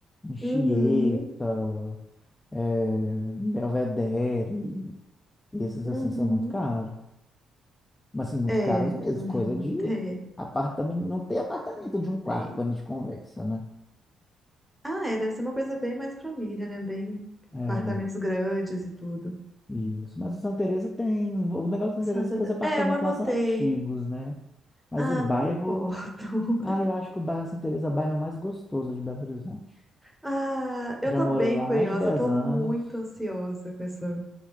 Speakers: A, on the left; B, in the centre.
A: Anchieta,
B: Uhum.
A: eh, Belvedere, esses
B: Uhum.
A: assim são muito caros. Mas assim, muito
B: É,
A: caros mesmo,
B: não
A: coisa de
B: <laughs> é,
A: apartamento, não tem apartamento de um quarto
B: é.
A: para a gente conversa, né?
B: Ah, é, deve ser uma coisa bem mais família, né? Bem apartamentos
A: É,
B: grandes e tudo.
A: isso. Mas o Santa Teresa tem, o negócio do Santa
B: Santa.
A: Teresa é que
B: Te-
A: os apartamentos
B: É, eu anotei.
A: lá são antigos, né? Mas
B: Ah,
A: o bairro,
B: não me importo. <laughs>
A: ah, eu acho que o bairro Santa Teresa é o bairro mais gostoso de Belo Horizonte.
B: Ah, eu
A: Já
B: tô
A: morei
B: bem
A: lá
B: curiosa,
A: mais de 10
B: tô
A: anos.
B: muito ansiosa com essa